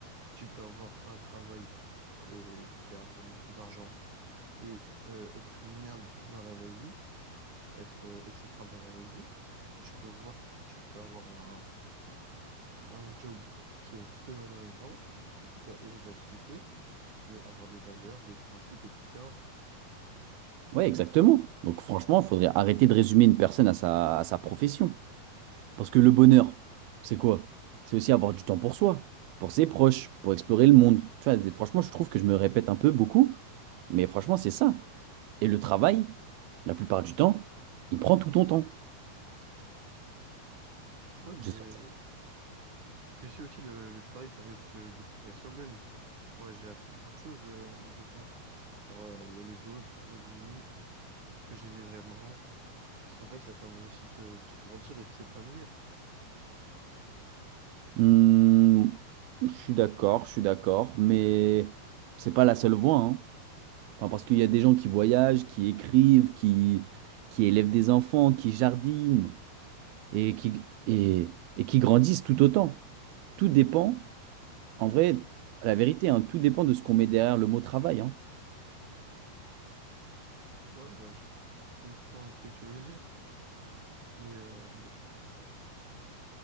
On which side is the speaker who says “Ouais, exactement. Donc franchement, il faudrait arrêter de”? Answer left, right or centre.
Right